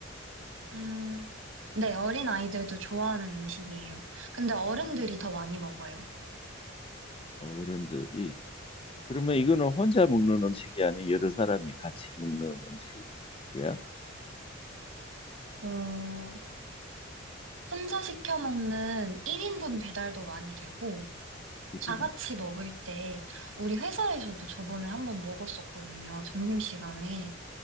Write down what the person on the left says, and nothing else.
어,
어른들이. 그러면 이거는 혼자 먹는 음식이 아닌 여러 사람이 같이 먹는 음식이야?
이름.